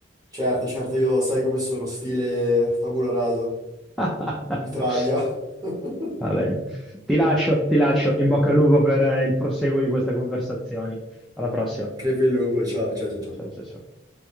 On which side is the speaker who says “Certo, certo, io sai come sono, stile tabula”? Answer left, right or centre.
Right